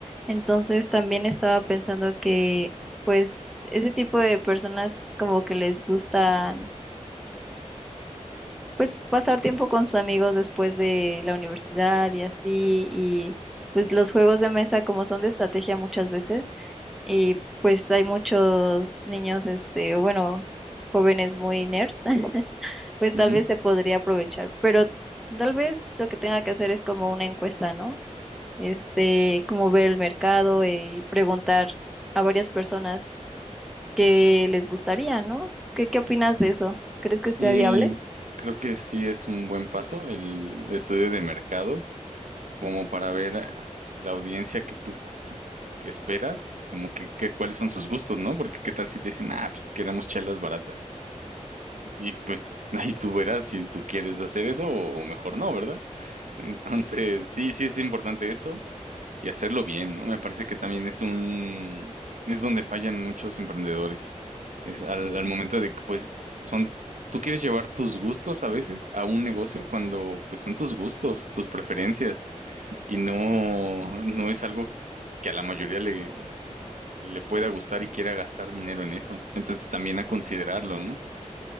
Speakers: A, in the centre; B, on the right.
A: Entonces también estaba pensando que pues ese tipo de personas como que les gusta pues pasar tiempo con sus amigos después de la universidad y así, y pues los juegos de mesa como son de estrategia muchas veces, y pues hay muchos niños, este, o bueno, jóvenes muy nerds, <laughs> pues tal
B: Ujú.
A: vez se podría aprovechar, pero tal vez lo que tenga que hacer es como una encuesta, ¿no? Este, como ver el mercado y preguntar a varias personas qué les gustaría, ¿no? ¿Qué, qué opinas de eso? ¿Crees que
B: Sí,
A: sea viable?
B: creo que sí es un buen paso el estudio de mercado, como para ver a la audiencia que tú esperas, como que, que cuáles son sus gustos, ¿no? Porque qué tal si te dicen, ah, pues queremos chelas baratas. Y pues <laughs> ahí tú verás si tú quieres hacer eso o o mejor no, ¿verdad? <laughs> Entonces, sí, sí es importante eso y hacerlo bien, ¿no? Me parece que también es un, es donde fallan muchos emprendedores. Es al, al momento de que, pues, son, tú quieres llevar tus gustos a veces a un negocio cuando, pues, son tus gustos, tus preferencias y no, no es algo que a la mayoría le, le pueda gustar y quiera gastar dinero en eso. Entonces, también a considerarlo, ¿no?